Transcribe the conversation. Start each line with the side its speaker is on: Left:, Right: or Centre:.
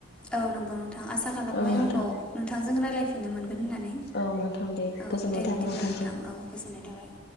Centre: औ नंगौ नोंथां आसा खालामो
Left: औ नोंथां
Centre: उनाव नोंथांजों राय्लायफिननो मोनगोन होननानै
Left: औ नोंथां दे
Centre: औ
Left: गोजोननाय
Centre: दे
Left: थाबाय
Centre: बिदिब्ला
Left: नोंथांसिम
Centre: नोंथां औ गोजोननाय थाबाय।